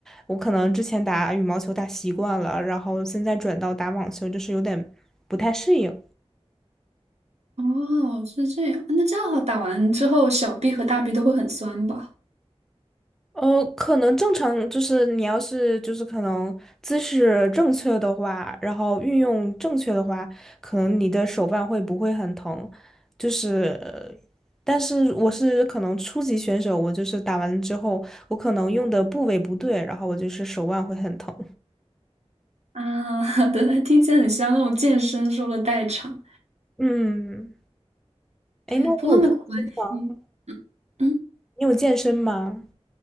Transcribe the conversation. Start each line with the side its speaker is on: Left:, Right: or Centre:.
Centre: 我可能之前打羽毛球打习惯了，然后现在转到打网球，就是有点不太适应。
Right: 哦，是这样，那这样的话打完之后小臂和大臂都会很酸吧？
Centre: 呃，可能正常就是你要是就是可能姿势正确的话，然后运用正确的话，可能你的手腕会不会很疼？就是，呃但是我是可能初级选手，我就是打完之后，我可能用的部位不对，然后我就是手腕会很疼。
Right: 啊，<laughs> 对，听起来很像那种健身说的代偿。
Centre: 嗯。哎，
Right: 对，
Centre: 那你有健身吗？
Right: 不过没有关系。嗯嗯
Centre: 你有健身吗？